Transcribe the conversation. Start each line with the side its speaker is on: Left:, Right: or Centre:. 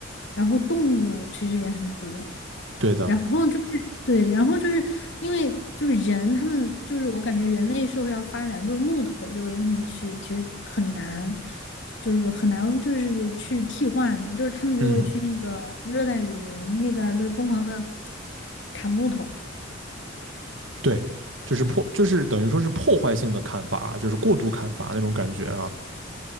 Left: 然后动物其实也很多，
Right: 对的，
Left: 然后就是对，然后就是因为就是人他们就是我感觉人类社会要发展，就是木头这个东西是其实很难，就是很难就是去替换的，就是他们就会去那个热带雨林那边儿就是疯狂的
Right: 嗯
Left: 砍木头。
Right: 对，就是破，就是等于说是破坏性的砍伐，就是过度砍伐那种感觉啊。